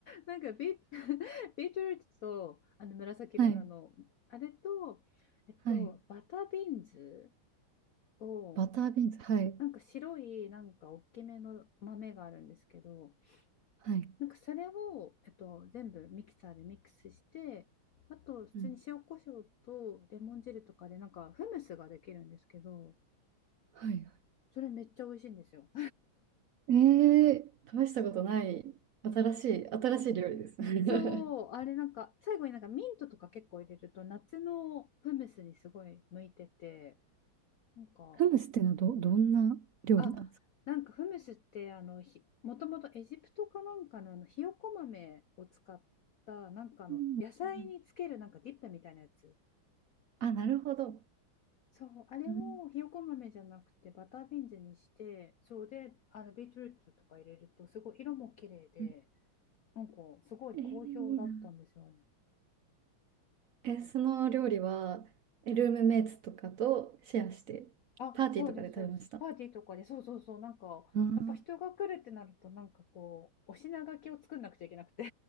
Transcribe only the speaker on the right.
はい。
はい。
バタービーンズ。はい。
はい。
うん。
はい。は
いえー、試したことない、新しい、新しい料理ですね。
<laughs>
フムスっていうのはど、どんな料理なんですか
うんうんあ、なるほど。
うん
うん
えー、いいな。え、その料理は、えルームメイツとかとシェアして、
パーティーとかで食べました。
あ